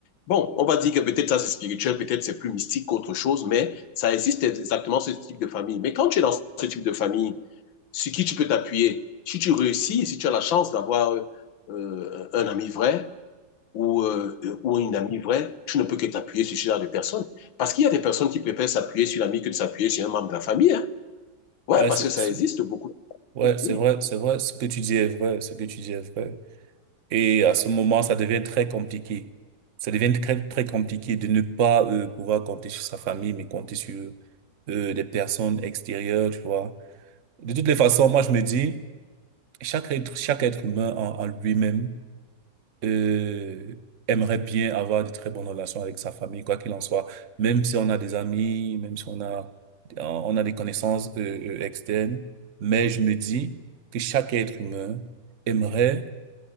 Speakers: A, on the left; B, on the right.
A: Bon, on va dire que peut-être ça c'est spirituel, peut-être c'est plus mystique qu'autre chose, mais ça existe exactement ce type de famille. Mais quand tu es dans ce type de famille, sur qui tu peux t'appuyer, si tu réussis, si tu as la chance d'avoir euh, un ami vrai ou, euh, ou une amie vraie, tu ne peux que t'appuyer sur ce genre de personnes. Parce qu'il y a des personnes qui préfèrent s'appuyer sur l'ami que de s'appuyer sur un membre de la famille. Hein. Ouais,
B: ouais,
A: parce
B: c'est,
A: que ça
B: c'est-
A: existe beaucoup.
B: ouais, c'est
A: Oui.
B: vrai, c'est vrai, ce que tu dis est vrai, ce que tu dis est vrai. Et à ce moment, ça devient très compliqué. Ça devient très, très compliqué de ne pas euh, pouvoir compter sur sa famille, mais compter sur euh, des personnes extérieures, tu vois. De toutes les façons, moi, je me dis, chaque être, chaque être humain en, en lui-même euh, aimerait bien avoir de très bonnes relations avec sa famille, quoi qu'il en soit. Même si on a des amis, même si on a, on a des connaissances euh, euh, externes. Mais je me dis que chaque être humain aimerait,